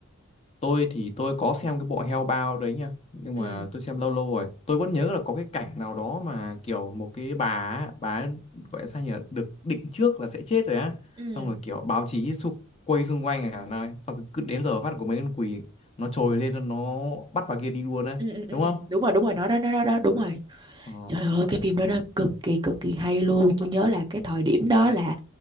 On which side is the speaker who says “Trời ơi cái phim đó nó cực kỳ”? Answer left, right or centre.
Right